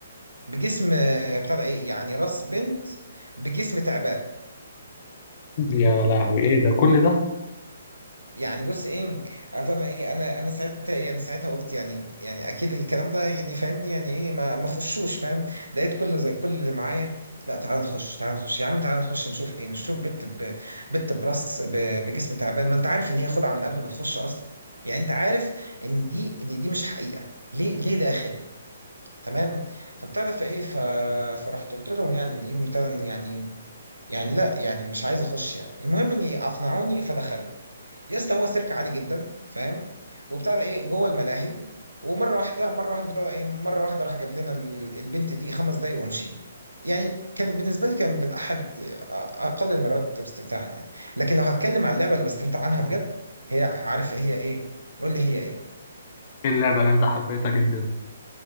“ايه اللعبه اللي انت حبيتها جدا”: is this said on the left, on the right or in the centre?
Left